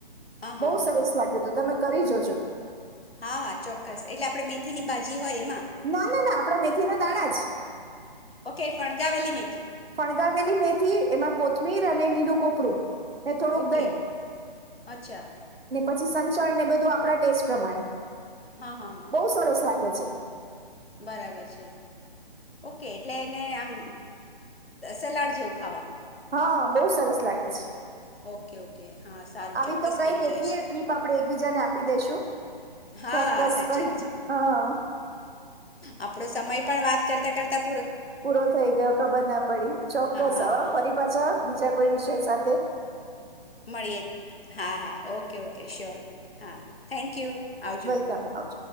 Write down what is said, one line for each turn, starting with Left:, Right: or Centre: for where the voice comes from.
Left: હા હા
Right: બઉુ
Left: હા
Right: સરસ લાગ્યું હતું તમે. કરી જોજો.
Left: હા હા ચોક્કસ એટલે આપે મેથીની બાાજી હોય એમાં.
Right: ના ના ના આપણા મેથી ના દાણા જ.
Left: ઓકે ફણગાવેલી મેથીલી.
Right: ફણગાવેલી મેથી એમાં કોથમીર અને લીલું કોપરું. એ થોડુંક
Left: ઓકે
Right: દઈ.
Left: અચ્છા.
Right: પછી સંચળ ને બધું આપણા ટેસ્ટ પ્રમાણે.
Left: હા હા હા
Right: બહુ સરસ લાગે છે.
Left: બરાબર છે ઓકે એટલે એને આમ સલાડ જેવું ખાવાનું.
Right: હા બહુ સરસ લાગે છે.
Left: ઓકે ઓકે હા સારું
Right: આવી
Left: ચોક્કસ
Right: તો કઈ
Left: કરી
Right: કેટલી
Left: જોઈશ
Right: ટ્રીપ આપણે એકબીજાને આપી દેશું
Left: હા
Right: ચોક્કસ
Left: સાચી
Right: પણ
Left: વાત છે
Right: હા
Left: આપડો સમય. પણ વાત કરતા કરતા.
Right: પૂરો થઈ ગયો ખબર ના પડી ચોક્કસ
Left: હા
Right: હવે ફરી પાછા બીજા કોઈ વિષય સા. તે.
Left: મળીએ જ હા હા ઓકે ઓકે શ્યોર હા થેન્કયુ આવજો.
Right: વેલકમ આવજો.